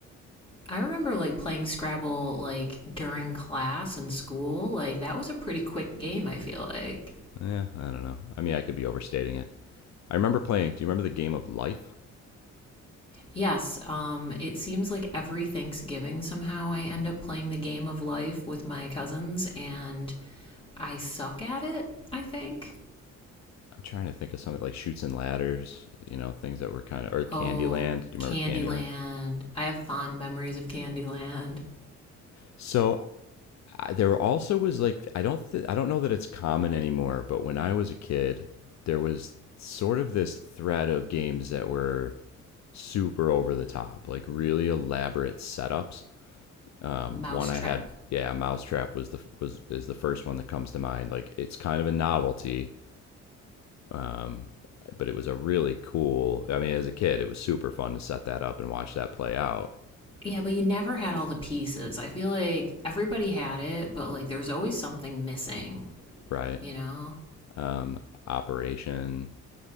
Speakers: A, on the left; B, on the left.
A: I remember like playing Scrabble like during class in school. Like that was a pretty quick game, I feel like.
B: Yeah, I don't know. I mean, I could be overstating it. I remember playing. Do you remember the game of Life?
A: Yes, um it seems like every Thanksgiving somehow I end up playing the game of life with my cousins and I suck at it, I think.
B: I'm trying to think of something like shoots and ladders, you know, things that were kind of or Candyland.
A: Oh,
B: Do you
A: Candyland.
B: remember Candyland?
A: I have fond memories of Candyland.
B: So I, there also was like I don't th- I don't know that it's common anymore, but when I was a kid, there was sort of this thread of games that were super over the top, like really elaborate setups. Um,
A: Mousetrap.
B: one I had, yeah, Mousetrap was the was is the first one that comes to mind. Like it's kind of a novelty, Um, but it was a really cool. I mean, as a kid, it was super fun to set that up and watch that play out.
A: Yeah, but you never had all the pieces. I feel like everybody had it, but like there was always something missing,
B: Right.
A: you know?
B: Um, operation.